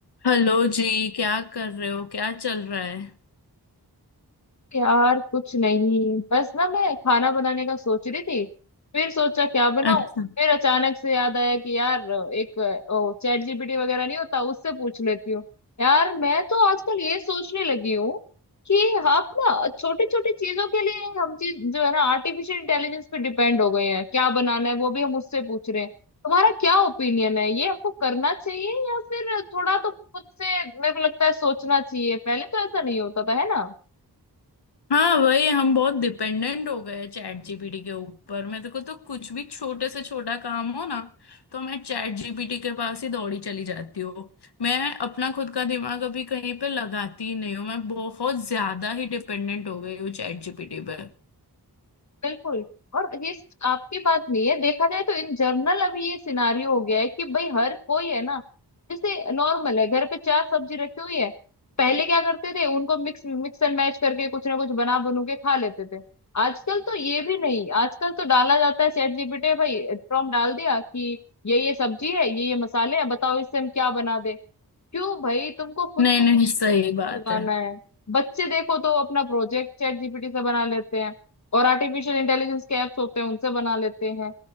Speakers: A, on the left; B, on the left.
A: Hello ji क्या कर रहे हो क्या चल रहा है
B: यार कुछ नहीं बस ना मैं खाना बनाने का सोच रही थी फिर सोचा क्या बनाऊं
A: अच्छा
B: फिर अचानक से याद आया कि यार एक ओ, चैट जीपीटी वगैरह नहीं होता उससे पूछ लेती हूँ यार मैं तो आजकल ये सोचने लगी हूँ कि आप ना छोटी छोटी चीजों के लिए हम चीज जो है ना आर्टिफिशियल इंटेलिजेंस पे डिपेंड हो गए हैं क्या बनाना है वो भी हम उससे पूछ रहे हैं तुम्हारा क्या ओपिनियन है ये आपको करना चाहिए या फिर थोड़ा तो खुद से मेरे को लगता है सोचना चाहिए पहले तो ऐसा नहीं होता था है ना
A: हाँ वही हम बहुत डिपेंडेंट हो गए चैट जीपीटी के ऊपर मेरे को तो कुछ भी छोटे से छोटा काम हो ना तो मैं चैट जीपीटी के पास ही दौड़ी चली जाती हूँ मैं अपना खुद का दिमाग अभी कहीं पे लगाती ही नहीं हूँ मैं बहुत ज्यादा ही डिपेंडेंट हो गई हूँ चैट जीपीटी पे
B: बिल्कुल और ये आपकी बात नहीं है देखा जाए तो इन जनरल अभी ये सिनारियो हो गया है कि भाई हर कोई है ना जैसे नॉर्मल है घर पे चार सब्जी रखी हुई है पहले क्या करते थे उनको मिक्स मिक्स एंड मैच करके कुछ ना कुछ बना बनू के खा लेते थे आजकल तो ये भी नहीं आजकल तो डाला जाता है चैट जीपीटी भाई प्रॉम्प्ट डाल दिया कि ये ये सब्जी है ये ये मसाले हैं बताओ इससे हम क्या बना दें क्यों भाई तुमको खुद
A: नहीं
B: से
A: नहीं सही बात
B: लगाना
A: है
B: है बच्चे देखो तो अपना प्रोजेक्ट चैट जीपीटी से बना लेते हैं और आर्टिफिशियल इंटेलिजेंस के ऐप्स होते हैं उनसे बना लेते हैं